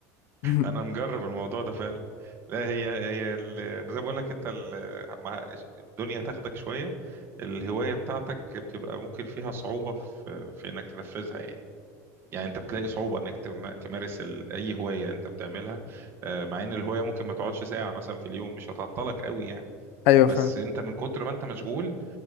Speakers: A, on the left; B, on the right.
A: <laughs>
B: انا مجرب الموضوع ده فعلا لا هي هي ال- زي ما بقول لك انت ال- مع الدنيا تاخدك شويه الهوايه بتاعتك بتبقى ممكن فيها صعوبه في في انك تنفذها يعني يعني انت بتلاقي صعوبه انك تم- تمارس ال- اي هوايه انت بتعملها آه، مع ان الهوايه ممكن ما تقعدش ساعه مثلا في اليوم مش هتعطلك قوي يعني
A: ايوه
B: بس
A: فعلا
B: انت من كتر ما انت مشغول